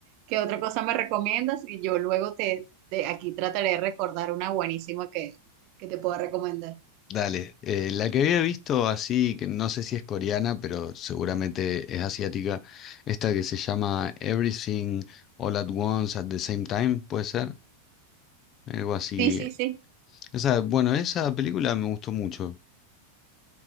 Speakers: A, on the right (about 45°); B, on the left (about 30°).
A: qué otra cosa me recomiendas y yo luego te, te- aquí trataré de recordar una buenísima que, que te pueda recomendar.
B: dale, eh, la que había visto así, que no sé si es coreana, pero seguramente es asiática, esta que se llama Everything All at Once at the Same Time, puede ser, algo así.
A: Sí, sí, sí.
B: Esa, bueno, esa película me gustó mucho.